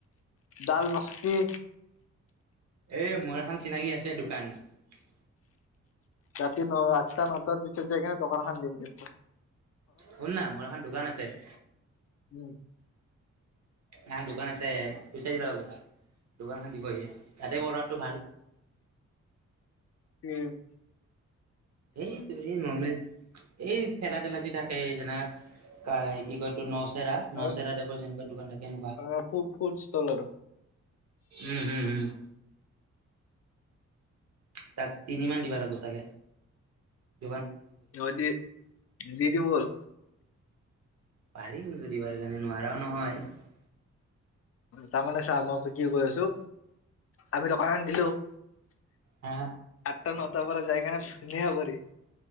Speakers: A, on the left; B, on the right.
A: ডালমস্তি
B: এ মোৰ এখন চিনাকি আছে দোকান ।
A: তাত ন আঠটা নটাৰ পিছত যেখন দোকান এখন দিম কিন্তু ।
B: শুন না মোৰ এখন দোকান আছে ।
A: উম
B: এখন দোকান আছে পইচা দিবা লাগিব তাক দোকানখন দিবহি তাতে কৰাটো ভাল ।
A: ওম ।
B: এইটো এই নৰ্মেল এই থেলাতেলা যি থাকে যেনা কাই কি কয় তো নচ নচেৰা
A: অ
B: টাইপৰ যেনেকুৱা দোকান থাকে এনেকুৱা
A: অ ফু ফুল ষ্টল আৰু
B: উম উম তাক তিনিমান দিব লাগিব চাগে ।
A: সিহঁতি দি দিব বল ।
B: পাৰি কিন্তু দিবাৰ কাৰণে নোৱাৰাও নহয় ।
A: তাৰমানে চা মই কি কৈ আছো আমি দোকানখন দিলো ।
B: হা
A: আঠটা নটা পৰা যায় কেনে । ধুনীয়া কে পাৰি ।